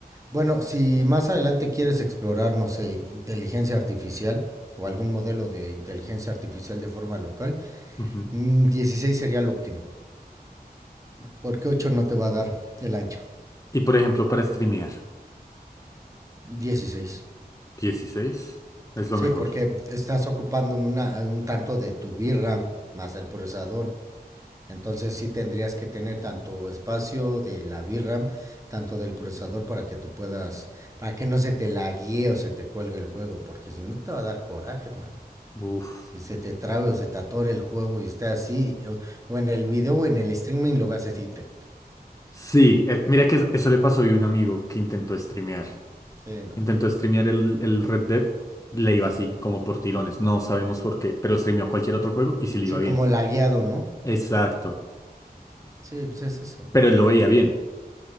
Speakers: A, on the right; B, on the left.
A: Bueno, si más adelante quieres explorar, no sé, inteligencia artificial o algún modelo de inteligencia artificial de forma local,
B: Ujú.
A: mm, 16 sería el óptimo, porque 8 no te va a dar el ancho.
B: Y, por ejemplo, para streamear.
A: Dieciséis,
B: dieciséis es lo
A: Sí,
B: mejor.
A: porque estás ocupando una- un tanto de tu VRAM más el procesador. Entonces sí tendrías que tener tanto espacio de la VRAM, tanto del procesador para que tú puedas, para que no se te laguee o se te cuelgue el juego, porque si no te va a dar coraje, mano.
B: Uf.
A: que se te trabe o se te atore el juego y esté así, o, o en el video o en el streaming lo veas a te-
B: Sí, eh, mira que es- eso le pasó a un amigo que intentó streamear.
A: sí, no.
B: Intentó streamear el, el Red Dead, le iba
A: ujú.
B: así, como por tirones. No sabemos por qué, pero streameó cualquier otro juego y sí le
A: Sí,
B: iba bien.
A: como lagueado, ¿no?
B: Exacto.
A: Sí, pues es eso.
B: Pero él lo veía bien